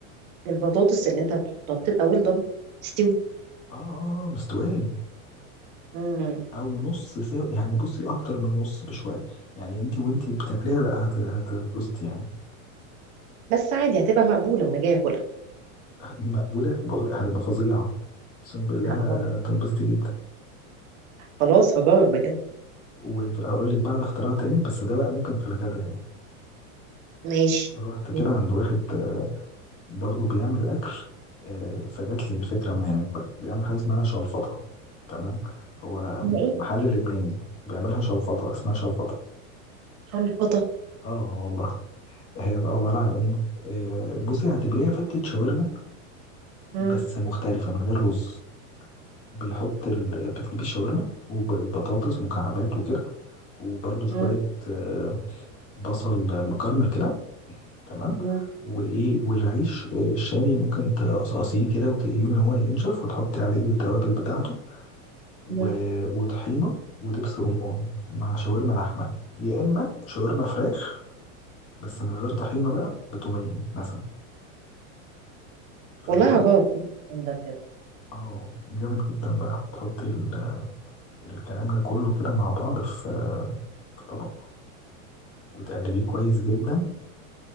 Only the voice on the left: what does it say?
آه آه مستوية
أو نص سوا يعني بصي أكتر من نص بشوية يعني أنت وأنت بتاكليها لا هت- هتتبسطي يعني
مقبولة بقول هتبقى فظيعة أقسم بالله
هتتبسطي جدا
وهقول لك بعد اختراع تاني بس ده بقى ممكن في الغدا يعني
رحت كده
عند واحد برضه بيعمل أكل آه، فجات لي الفكرة من هناك بيعمل حاجة اسمها شلفطة تمام هو
محل لبناني بيعملها شلفطة اسمها شلفطة
اه والله هي بقى عبارة عن ايه آه، بصي هتبريها فتة شاورما
بس مختلفة من غير رز بيحط ال... بتجيب الشاورما والبطاطس مكعبات وكده وبرضه شوية
آه، بصل مكرمل كده تمام
وايه والعيش آه، الشامي ممكن تقصقصيه كده وتقليه ان هو ينشف وتحطي عليه التوابل بتاعته و...
وطحينه ودبس رمان مع شاورما لحمه يا اما شاورما فراخ بس من غير طحينه بقى بتوميه مثلا فاهمه
اه جامد جدا بقى تحطي ال... الكلام ده كله كده مع بعض في في طبق وتقلبيه كويس جدا